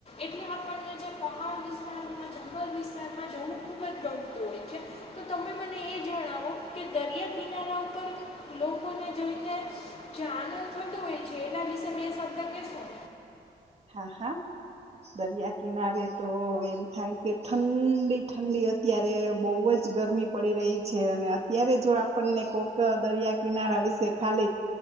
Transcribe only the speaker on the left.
એટલે આપણને જે પહાડ વિસ્તારમાં જંગલ વિસ્તારમાં જવું ખૂબ જ ગમતું હોય છે. તો તમે મને એ જણાવો કે દરિયા કિનારા ઉપર લોકોને જઈને જે આનંદ થતો હોય છે. એના વિશે બે શબ્દ કે શો?